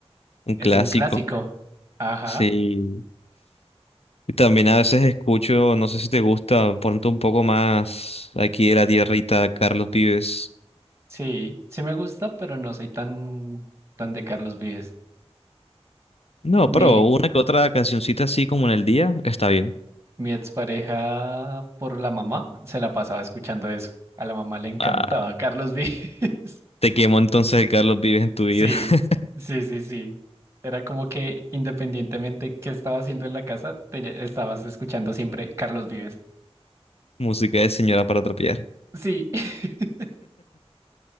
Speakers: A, on the left (about 65°); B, on the right (about 25°).
A: un
B: Es
A: clásico,
B: un clásico. Ajá.
A: sí. Y también a veces escucho, no sé si te gusta, ponte un poco más aquí de la tierrita, Carlos Vives.
B: Sí, sí me gusta, pero no soy tan, tan de Carlos Vives.
A: No,
B: Mi,
A: pero una que otra cancioncita así como en el día, está bien.
B: mi expareja por la mamá se la pasaba escuchando eso. A la mamá le encantaba
A: Ah,
B: Carlos Vives. <laughs>
A: te quemo entonces el Carlos Vives en tu vida.
B: Sí,
A: <laughs>
B: sí, sí, sí. Era como que independientemente qué estaba haciendo en la casa, tenía- estabas escuchando siempre Carlos Vives.
A: Música de señora para trapear.
B: Sí, <laughs>